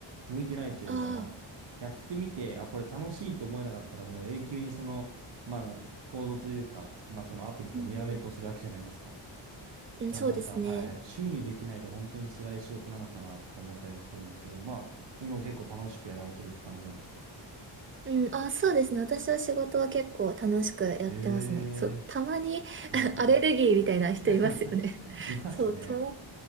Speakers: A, on the right; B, on the right.
A: 向いてないというかまあやってみて、
B: ああ、
A: あ、これ楽しいと思えなかったらもう永久にそのまあなコードというかまあそのアプリとかにらめっこするわけじゃないですか。
B: うんうん。うん、
A: だからなんかはい趣味にできないと本当に辛い仕事なのかなとか思ったりもするんですけどまあ今も結構楽しくやられてるって感じなんですか
B: そうですね。うん、あ、そうですね。私は仕事は結構楽しくやってますね。
A: え
B: そう、
A: え
B: たまに
A: ーはい。
B: <laughs> アレルギーみたいな人いますよね。
A: <laughs>
B: <laughs>
A: いますね。
B: そう、とも、